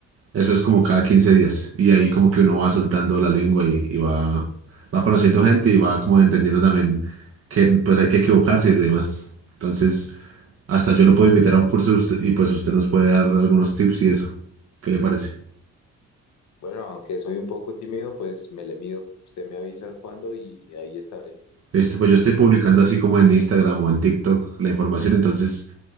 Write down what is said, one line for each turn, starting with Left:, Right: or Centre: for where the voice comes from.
Right: Eso es como cada 15 días y ahí como que uno va soltando la lengua y, y va, va conociendo gente y va como entendiendo también que pues hay que equivocarse y demás. Entonces, hasta yo lo puedo invitar a un curso de usted- y pues usted nos puede dar algunos tips y eso. ¿Qué le parece?
Left: Bueno, aunque soy un poco tímido, pues me le mido. Usted me avisa cuándo y ahí estaré.
Right: Listo, pues yo estoy
Left: Ok,
Right: publicando así como en Instagram o en TikTok la información, entonces